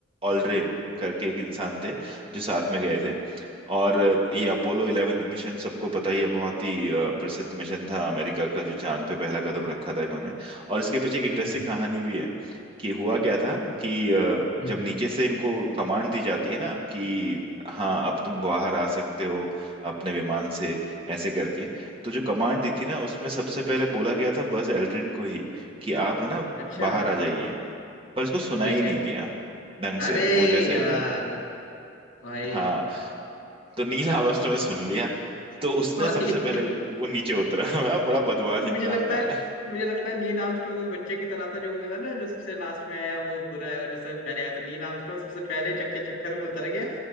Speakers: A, on the right; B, on the left.
A: ऑल्ड्रिन करके एक इंसान थे जो साथ में गए थे और ये अपोलो 11 मिशन सबको पता ही है बहुत ही अ, प्रसिद्ध मिशन था अमेरिका का जो चांद पे पहला कदम रखा था इन्होंने और इसके पीछे एक इंटरेस्टिंग
B: हम्म
A: कहानी भी है कि हुआ क्या था कि अ, जब
B: हम्म हम्म।
A: नीचे से इनको कमांड दी जाती है ना कि हाँ अब तुम बाहर आ सकते हो अपने विमान से ऐसे करके तो जो कमांड दी थी ना उसमें सबसे पहले बोला गया था बस एल्ड्रिन को ही कि आप है ना
B: अच्छा
A: बाहर आ जाइए पर इसको सुना
B: ठीक
A: ही नहीं
B: है
A: दिया ढंग से
B: अरे
A: वो जैसे
B: यार
A: था
B: भाई
A: हाँ तो नील आर्मस्ट्रॉन्ग ने सुन लिया तो उसने
B: <laughs> भाई
A: सबसे पहले वो नीचे उतरा <laughs> बड़ा बदमाश
B: मुझे
A: इंसान
B: लगता
A: था
B: है
A: यार
B: मुझे लगता है नील आर्मस्ट्रांग उस बच्चे की तरह था जो था ना जो सबसे लास्ट में आया वो बुरा है और जो सबसे पहले आया तो नील आर्मस्ट्रांग सबसे पहले चक्के चक्कर में उतर गया